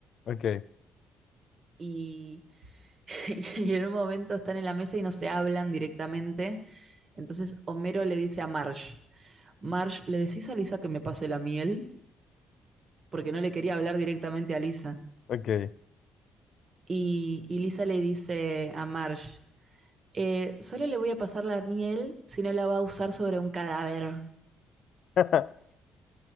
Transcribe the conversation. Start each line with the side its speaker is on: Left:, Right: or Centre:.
Left: ok,
Right: Y, <laughs> y en un momento están en la mesa y no se hablan directamente. Entonces Homero le dice a Marge, Marge, ¿le decís a Lisa que me pase la miel? Porque no le quería hablar directamente a Lisa.
Left: ok.
Right: Y, y Lisa le dice a Marge, eh, solo le voy a pasar la miel si no la va a usar sobre un cadáver.
Left: <laughs>